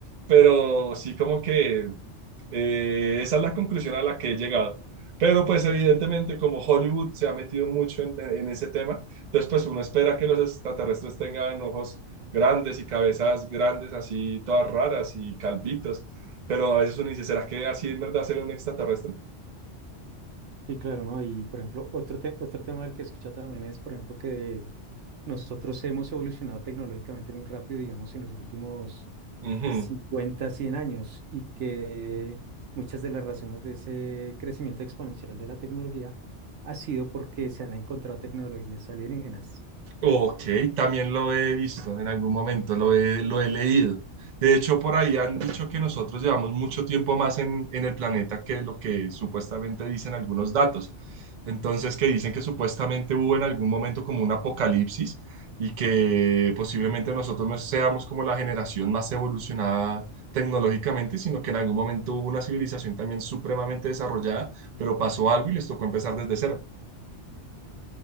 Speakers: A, on the right; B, on the right.
A: pero sí como que eh, esa es la conclusión a la que he llegado. Pero pues evidentemente como Hollywood se ha metido mucho en, en ese tema, entonces pues uno espera que los extraterrestres tengan ojos grandes y cabezas grandes, así todas raras y calvitos, pero a veces uno dice, ¿será que así en verdad será un extraterrestre?
B: Sí, claro, ¿no? Y por ejemplo, otro, te- otro tema del que he escuchado también es, por ejemplo, que nosotros hemos evolucionado tecnológicamente muy rápido, digamos, en los últimos
A: Ujú.
B: 50, 100 años, y que muchas de las razones de ese crecimiento exponencial de la tecnología ha sido porque se han encontrado tecnologías alienígenas.
A: Ok, también lo he visto en algún momento, lo he, lo he leído. De hecho, por ahí han dicho que nosotros llevamos mucho tiempo más en, en el planeta que lo que supuestamente dicen algunos datos. Entonces, que dicen que supuestamente hubo en algún momento como un apocalipsis y que posiblemente nosotros no seamos como la generación más evolucionada tecnológicamente, sino que en algún momento hubo una civilización también supremamente desarrollada, pero pasó algo y les tocó empezar desde cero.